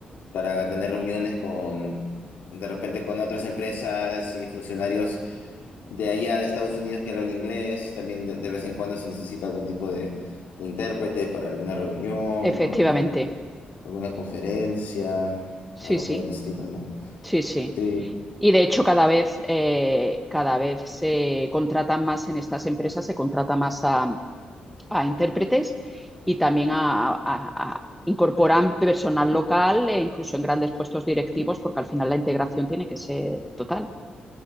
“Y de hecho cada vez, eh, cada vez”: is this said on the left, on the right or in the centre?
Centre